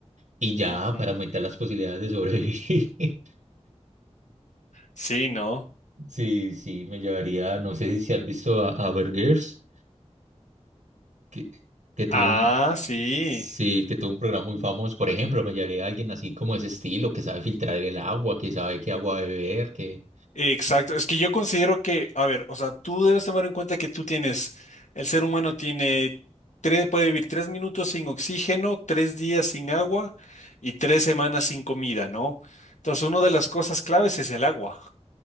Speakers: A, on the right (about 85°); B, on the left (about 80°).
A: y ya
B: Ujú.
A: para aumentar las posibilidades de sobrevivir. <laughs>
B: Sí, ¿no?
A: Sí, sí, me llevaría, no sé si si has visto a, a Bear Grylls, que, que tuvo
B: Ah,
A: un,
B: sí.
A: sí, que tuvo un programa muy famoso, por ejemplo, me llevaría a alguien así como ese estilo, que sabe filtrar el agua, que sabe qué agua beber, que,
B: Exacto, es que yo considero que, a ver, o sea, tú debes tomar en cuenta que tú tienes, el ser humano tiene, tres, puede vivir tres minutos sin oxígeno, tres días sin agua y tres semanas sin comida, ¿no? Entonces, una de las cosas claves es el agua.